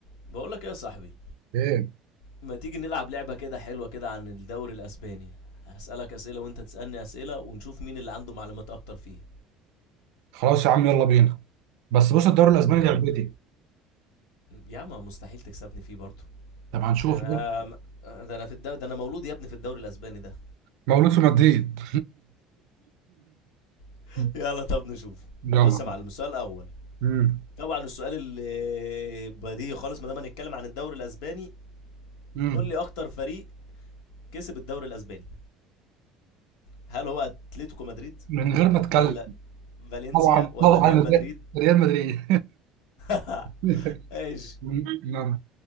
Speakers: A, on the left; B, on the right.
A: بقول لك ايه يا صاحبي
B: ايه
A: ما تيجي نلعب لعبة كده حلوة كده عن الدوري الأسباني هسألك أسئلة وأنت تسألني أسئلة ونشوف مين اللي عنده معلومات أكتر فيه
B: خلاص يا عم يلا بينا بس بص الدوري الاسباني
A: يلا
B: لعبتي
A: يا عم مستحيل تكسبني فيه برضه
B: طب هنشوف
A: أنا
B: بقى
A: ده أنا في الدوري ده أنا مولود يا ابني في الدوري الأسباني ده
B: مولود في مدريد
A: <laughs>
B: <laughs>
A: يلا طب نشوف
B: يلا
A: بص يا معلم السؤال الأول
B: مم.
A: طبعا السؤال اللي بديهي خالص ما دام هنتكلم عن الدوري الأسباني
B: مم.
A: قول لي أكتر فريق كسب الدوري الأسباني هل هو أتلتيكو مدريد
B: من غير ما اتكلم
A: ولا فالنسيا
B: طبعا
A: ولا
B: طبعا
A: ريال مدريد
B: ريال مدريد
A: <laughs>
B: <laughs>
A: ايش
B: نعم